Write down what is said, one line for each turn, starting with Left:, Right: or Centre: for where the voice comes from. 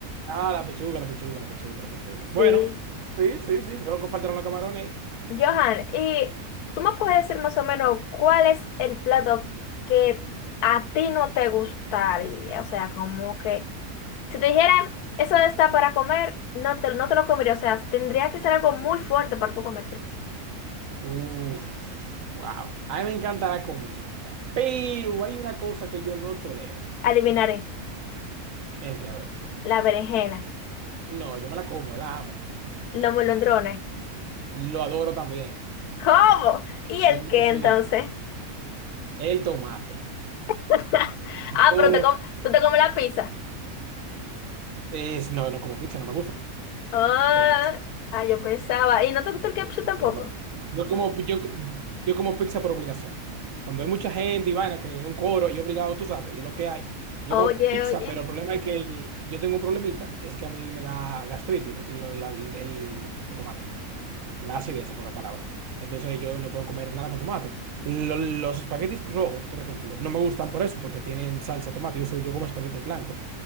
Right: Ah, la pechuga, la pechuga, la pechuga, la pechuga. Bueno,
Left: Sí.
Right: sí, sí, sí, solo que faltaron los camarones. ahí.
Left: Johan, ¿y tú me puedes decir más o menos cuál es el plato que a ti no te gustaría? O sea, como que si te dijeran, eso está para comer, no te, no te lo comería. O sea, tendría que ser algo muy fuerte para tú comértelo.
Right: Uf, wow. A mí me encanta la comida, pero hay una cosa que yo no tolero,
Left: Adivinaré,
Right: el que a ver.
Left: la berenjena.
Right: No, yo me la como, la amo,
Left: Los molondrones.
Right: lo adoro también.
Left: ¿Cómo? ¿Y el
Right: Yo-
Left: qué
Right: Sí,
Left: entonces?
Right: El tomate.
Left: <laughs> Ah,
Right: Yo,
Left: pero te com- tú te comes la pizza.
Right: es, no, no como pizza, no me gusta
Left: Ah,
Right: la pizza.
Left: ah, yo pensaba. ¿Y no te gusta el ketchup tampoco?
Right: No me gusta. Yo como, yo, yo como pizza por obligación. Cuando hay mucha gente y vaina, que es un coro y obligado, tú sabes, y es lo que hay. Yo
Left: Oye,
Right: como pizza,
Left: oye.
Right: pero el problema es que yo tengo un problemita, es que a mí me da gastritis, lo- la- el, el tomate. Y más da acidez, en pocas palabras. Entonces yo no puedo comer nada con tomate. Lo- los espaguetis rojos, por ejemplo, no me gustan por eso, porque tienen salsa tomate. Yo, uso- yo como espaguetis blancos.